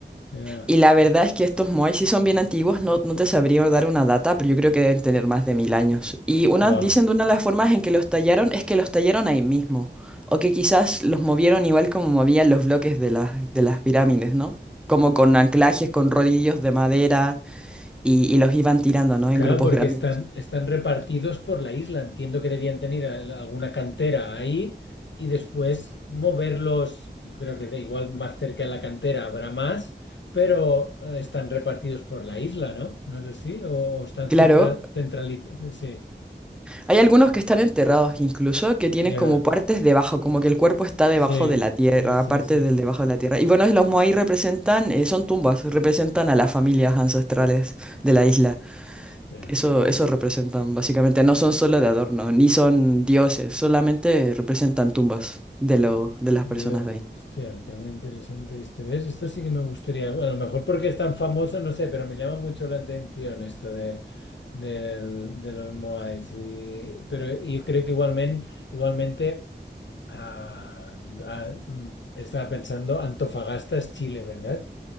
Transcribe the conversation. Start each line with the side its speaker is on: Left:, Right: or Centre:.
Left: Ya.
Centre: Y la verdad es que estos moais sí son bien antiguos, no, no te sabría dar una data, pero yo creo que deben tener más de mil años. Y una,
Left: Wow.
Centre: dicen de una de las formas en que los tallaron es que los tallaron ahí mismo, o que quizás los movieron igual como movían los bloques de las, de las pirámides, ¿no? Como con anclajes, con rodillos de madera, y, y los iban tirando, ¿no?
Left: Claro,
Centre: En grupos
Left: porque
Centre: grandes.
Left: están, están repartidos por la isla. Entiendo que debían tener al- alguna cantera ahí y después moverlos. Yo creo que da igual más cerca de la cantera habrá más, pero eh, están repartidos por la isla, ¿no? No sé si, o, o están
Centre: Claro,
Left: central, centralizados. Sí,
Centre: hay algunos que están enterrados incluso, que tienen
Left: ya.
Centre: como partes debajo, como que el cuerpo está debajo
Left: Sí,
Centre: de la tierra,
Left: sí, sí,
Centre: parte
Left: sí.
Centre: del debajo de la tierra. Y bueno, los Moai representan, eh, son tumbas, representan a las familias ancestrales de la isla.
Left: Hostia.
Centre: Eso, eso representan básicamente, no son solo de adorno, ni son dioses, solamente representan tumbas de, lo,
Left: Ah,
Centre: de las
Left: Ya,
Centre: personas de ahí.
Left: Hostia, tema interesante este. ¿Ves? Esto sí que me gustaría. A lo mejor porque es tan famoso, no sé, pero me llama mucho la atención esto de, del- de los Moais. Y, pero yo creo que igualmente, igualmente ah, ah, mm, estaba pensando, Antofagasta es Chile, ¿verdad?